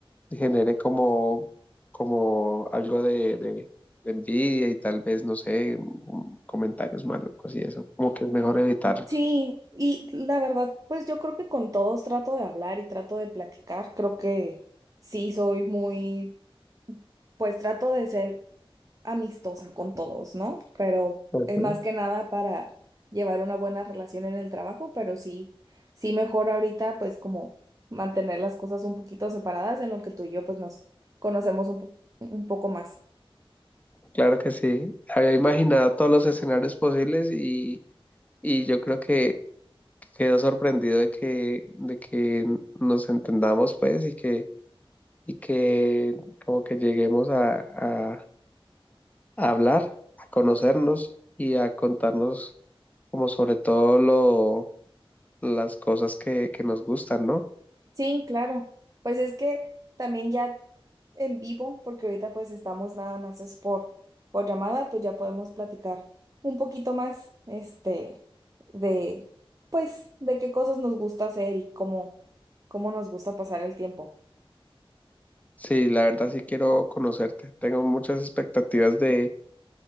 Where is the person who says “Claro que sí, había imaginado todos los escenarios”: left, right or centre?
Left